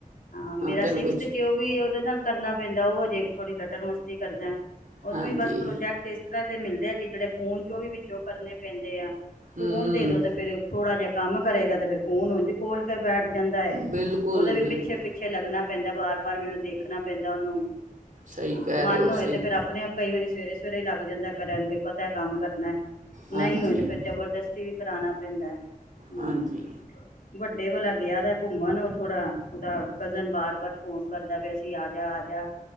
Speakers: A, on the left; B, on the right.
A: ਹਾਂ, ਮੇਰਾ
B: ਤੈਨੂੰ
A: ਸਿਕਸਥ
B: ਕੁਝ
A: ਚ ਉਹ ਵੀ ਉਹਦੇ ਨਾਲ ਕਰਨਾ ਪੈਂਦਾ। ਹੋਰ। ਜੇ ਥੋੜੀ ਲਟ ਮਸਤੀ ਕਰਦਾ, ਉਦੋਂ
B: ਹਾਂਜੀ
A: ਵੀ, ਬਸ ਪ੍ਰੋਜੈਕਟ ਇਸ ਤਰ੍ਹਾਂ ਦੇ ਮਿਲਦੇ ਆ, ਕਿ ਜਿਹੜੇ ਫੋਨ ਚੋਂ, ਉਹ ਵੀ ਵਿੱਚੋਂ ਕਰਨੇ ਪੈਂਦੇ ਆ।
B: ਹੂੰ
A: ਫੋਨ ਦੇ ਦੋ ਤੇ ਫ਼ਿਰ, ਥੋੜਾ ਜਿਹਾ ਕੰਮ ਕਰੇਗਾ, ਤੇ ਫਿਰ ਫੋਨ ਉਝ ਕੋਲ ਬੈਠ ਜਾਂਦਾ ਹੈ।
B: ਬਿਲਕੁਲ
A: ਉਹਦਾ ਵੀ
B: ਬਿਲਕੁਲ
A: ਪਿੱਛੇ- ਪਿੱਛੇ ਲੱਗਣਾ ਪੈਂਦਾ, ਬਾਰ ਬਾਰ ਮੈਨੂੰ ਦੇਖਣਾ ਪੈਂਦਾ। ਚਨ <unintelligible>
B: ਸਹੀ
A: ਆਹ,
B: ਕਹਿ
A: ਮਨ
B: ਰਹੇ ਹੋ
A: ਹੋਏ
B: ਸਹੀ
A: ਤੇ ਫੇਰ, ਆਪਣੇ ਆਪ ਕਈ ਵਾਰੀ ਸਵੇਰੇ ਚਿਰ ਲੱਗ ਜਾਂਦਾ ਕਰਨ ਨੂੰ, ਫਿਰ ਪਤਾ ਹੈ ਕੰਮ ਕਰਨਾ।
B: ਹਾਂਜੀ
A: ਨਹੀਂ ਹੋਏ ਤਾਂ, ਫਿਰ ਜ਼ਬਰਦਸਤੀ ਵੀ ਕਰਾਣਾ ਪੈਂਦਾ ਹੈ। ਹਮ।
B: ਹਾਂਜੀ
A: ਵੱਡੇ ਵਾਲ ਗਿਆ ਦਾ ਘੁੰਮਣ। ਥੋੜਾ ਉਹਦਾ ਕਜ਼ਨ ਵਾਰ ਵਾਰ ਫੋਨ ਕਰਦਾ ਵੀ ਅਸੀਂ ਆ ਜਾ ਆ ਜਾ